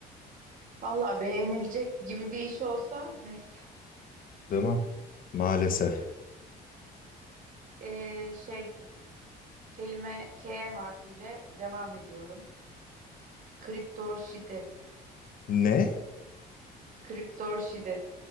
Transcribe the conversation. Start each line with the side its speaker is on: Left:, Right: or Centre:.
Right: Vallahi beğenilecek gibi bir iş olsa neyse. <laughs>
Left: Değil mi? Maalesef.
Right: Ee, şey kelime K harfiyle devam ediyorum. Kriptorşidi.
Left: Ne?
Right: Kriptorşidi.